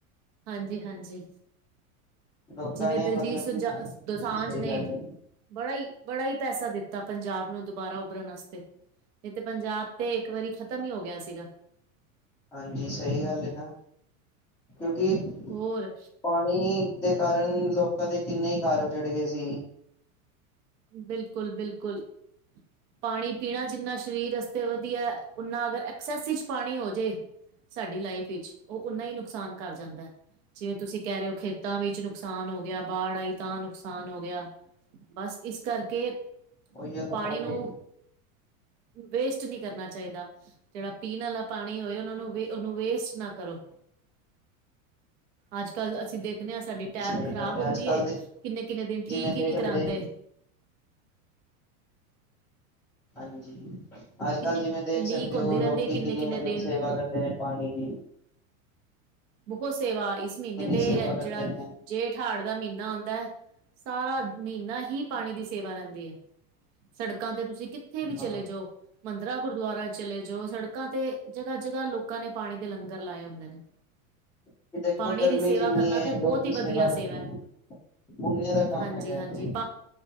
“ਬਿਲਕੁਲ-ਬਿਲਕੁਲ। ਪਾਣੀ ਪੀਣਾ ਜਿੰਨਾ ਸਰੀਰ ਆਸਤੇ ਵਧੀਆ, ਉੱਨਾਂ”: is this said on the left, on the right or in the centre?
Right